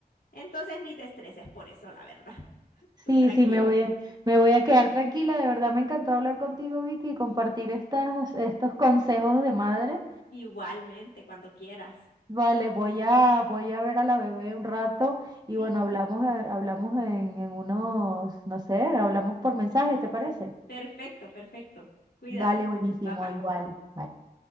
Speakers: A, on the left (about 75°); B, on the right (about 25°).
A: entonces ni te estreses por eso, la verdad. <laughs>
B: Sí,
A: Tú tranquila.
B: sí, me voy a, me voy a quedar tranquila. De verdad me encantó hablar contigo, Vicky, y compartir estas, estos consejos de madre.
A: Igualmente, cuando quieras.
B: Vale, voy a, voy a ver a la bebé un rato y
A: Sí,
B: bueno, hablamos, eh, hablamos en, en unos, no sé, hablamos por mensaje, ¿te parece?
A: perfecto, perfecto. Cuídate.
B: Vale, buenísimo,
A: Bye bye.
B: igual. Bye.